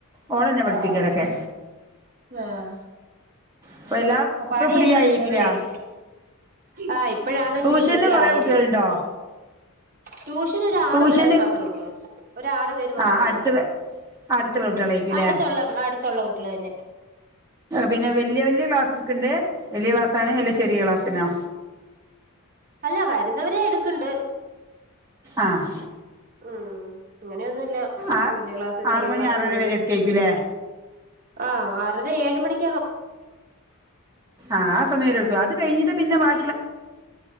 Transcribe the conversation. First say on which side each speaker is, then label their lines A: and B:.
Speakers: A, on the right (about 15°); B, on the right (about 40°).
A: ഓളന്നെ പഠിപ്പിക്കലൊക്കെ
B: ആഹ് ആഹ
A: ഇപ്പ എല്ലാം ഇപ്പൊ
B: പണിയൊക്കെ
A: ഫ്രീ ആയേക്കൂലേ
B: തീർന്നേച്ചി
A: ആ
B: ആഹ് ഇപ്പഴാണ് ഇച്ചിരി
A: ട്യൂഷന്
B: ഫ്രീ
A: കൊറേ
B: ആയത്
A: കുട്ടികളുണ്ടോ
B: ട്യൂഷൻ ഒരു ആറ്
A: ട്യൂഷന്
B: പിള്ളേർ മാത്രമുള്ളൂ ഒരാറ് പേര് മാത്രംണ്ട്
A: ആ അടുത്തുള്ള അടുത്തുള്ള കുട്ടികളായിരിക്കൂല്ലേ
B: അടുത്തുള്ള അടുത്തുള്ള കുട്ടിള് തന്നെ
A: പിന്നെ വല്യ വല്യ ക്ലാസ്ക്കണ്ട് വല്യ ക്ലാസ് ആണ് അല്ല ചെറിയ ക്ലാസ്സിനോ
B: അല്ല വരുന്നവരെ എടുക്ക്ണ്ട്
A: ആഹ്
B: ഉം അങ്ങനെയൊന്നുമില്ല
A: ആ
B: വല്യ ക്ലാസ് ചെറിയ
A: ആറ് മണി
B: ക്ലാസ്ന്ന്ഒന്ന്
A: ആറര വരെ എടുക്കായിരിക്കൂല്ലേ
B: ആഹ് ആറര ഏഴ് മണിക്ക്
A: ആഹ് സമയര് എടുക്ക അ അത് കഴിഞ്ഞിട്ട് പിന്നെ ബ